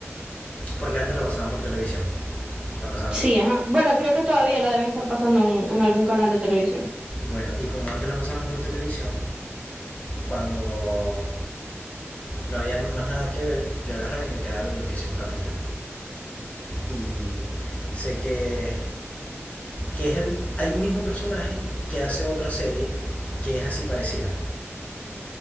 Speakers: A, on the left; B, on the right.
A: porque antes la pasaban por televisión, la pasaban
B: sí,
A: por televisión.
B: ajá. Bueno, creo que todavía la deben estar pasando en, en algún canal de televisión.
A: Bueno, y como antes la pasaban por televisión, cuando no había más nada que ver, yo agarraba y me quedaba viendo que sea un capítulo. Y sé que, que es el hay mismo personaje que hace otra serie que es así parecida.